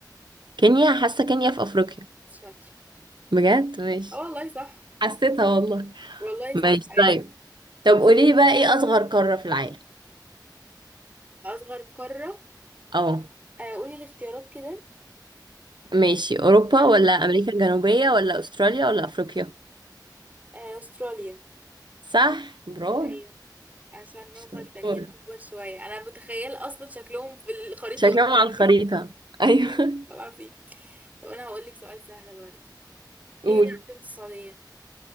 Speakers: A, on the right; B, on the right.
A: كينيا حاسة كينيا في افريقيا
B: شاطر
A: بجد ماشي
B: اه والله صح
A: حسيتها والله
B: والله صح
A: ماشي
B: أيوة.
A: طيب طب قولي لي بقى ايه اصغر قارة في العالم
B: أصغر قارة
A: اه
B: آه، قولي الاختيارات كده
A: ماشي اوروبا
B: يلا.
A: ولا امريكا الجنوبية ولا استراليا ولا افريقيا
B: آه، أستراليا
A: صح برافو
B: ايوه عشان
A: شطورة
B: هما التانيين أكبر شوية أنا متخيل أصلا شكلهم في الخريطة
A: شكلهم
B: قدامي
A: على الخريطة
B: <laughs>
A: ايوه
B: أيوة
A: <laughs>
B: العظيم طب أنا هقولك سؤال سهل برضه
A: قول
B: إيه هي عاصمة السعودية؟